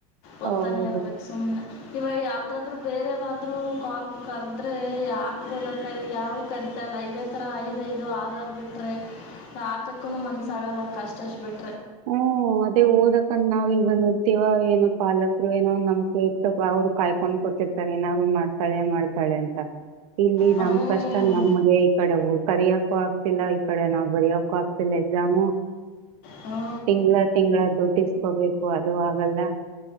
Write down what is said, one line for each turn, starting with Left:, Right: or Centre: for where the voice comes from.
Left: ಒದತ್ತಾನೇ
Right: ಹೌದು
Left: ಇರ್ಬೇಕು ಸುಮ್ನೆ ಇವಾಗ ಯಾವ್ದಾದ್ರು ಬೇರೆವಾದ್ರು ಕಾಲ್ ಕರೆದ್ರೆ ಯಾಕಬದ ಕೈ ಯಾವ ಕರೀತಲ್ಲ ಅಲ್ಲ ಇದೇ ತರ ಐದ್ ಐದು ಆರ್ ಆರ್ ಬಿಟ್ರೆ ಹಾಕಕ್ಕು ಮನಸಾಗಲ್ಲ ಕಷ್ಟಷ್ಟ ಬಿಟ್ಟ್ರ
Right: ಹ್ಮ್ ಅದೇ ಓದಕಂದ ನಾವ್ ಇಲ್ ಬಂದಿರ್ತೇವ ಏನ ಪಾಲಕ್ ಏನೋ ನಂಬಿಕೆ ಬಾ ಅವ್ರು ಕಾಯ್ಕೊಂಡ್ ಕತಿರ್ತಾರೆ ಏನಾದ್ರು ಮಾಡ್ತಾಳೆ ಮಾಡ್ತಾಳೆ ಅಂತ ಇಲ್ಲಿ
Left: ಹ್ಞೂ
Right: ನಮ ಕಷ್ಟ ನಮ್ಗೆ ಈ ಕಡೆ ಊ ಕರಿಯಕು ಆಗ್ತಿಲ್ಲ ಈ ಕಡೆ ನಾವ್ ಬರಿಯಕು ಆತಿ ಎಕ್ಸಾಮ್
Left: ಹ್ಞೂ
Right: ತಿಂಗಗಳ ತಿಂಗಳ ದುಡ್ಡಿಸಕೋಬೇಕು ಅದು ಆಗಲ್ಲ